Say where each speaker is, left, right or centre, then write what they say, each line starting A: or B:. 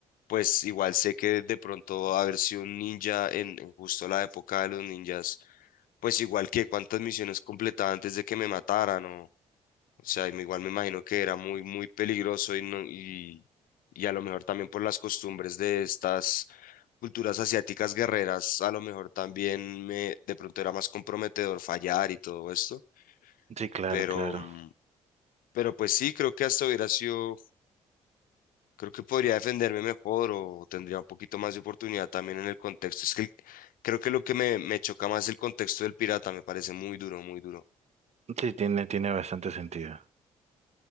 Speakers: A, on the left (about 70°); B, on the right (about 50°).
A: pues igual sé que de pronto haber sido un ninja en, en justo la época de los ninjas, pues igual que cuántas misiones completaba antes de que me mataran o O sea, y me- igual me imagino que era muy, muy peligroso y, no, y, y a lo mejor también por las costumbres de estas culturas asiáticas guerreras, a lo mejor también me, de pronto era más comprometedor fallar y todo esto.
B: Sí, claro,
A: Pero,
B: claro.
A: mm, pero pues sí, creo que hasta hubiera sido, creo que podría defenderme mejor o tendría un poquito más de oportunidad también en el contexto. Es que el- creo que lo que me, me choca más es el contexto del pirata, me parece muy duro, muy duro.
B: Sí, tiene, tiene bastante sentido.